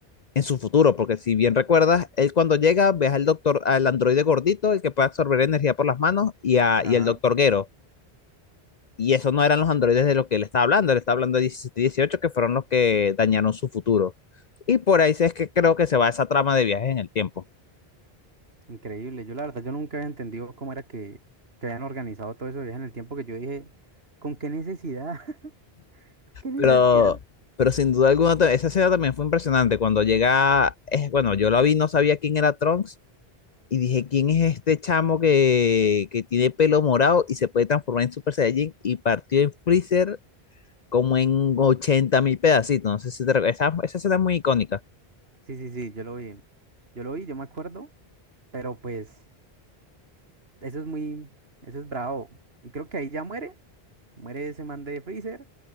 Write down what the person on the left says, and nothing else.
en su futuro, porque si bien recuerdas, él cuando llega ves al doctor, al androide gordito, el que puede absorber energía por las manos, y, a,
y el doctor Gero. Y esos no eran los androides de los que él estaba hablando, él estaba hablando de 17 y 18, que fueron los que dañaron su futuro. Y por ahí sí es que creo que se va esa trama de viajes en el tiempo.
Pero, pero sin duda alguna, esa escena también fue impresionante. Cuando llega, es, bueno, yo la vi, no sabía quién era Trunks, y dije, ¿quién es este chamo que, que tiene pelo morado y se puede transformar en Super Saiyajin? Y partió en Freezer como en ochenta mil pedacitos. No sé si te recuerdas. Esa, esa escena es muy icónica.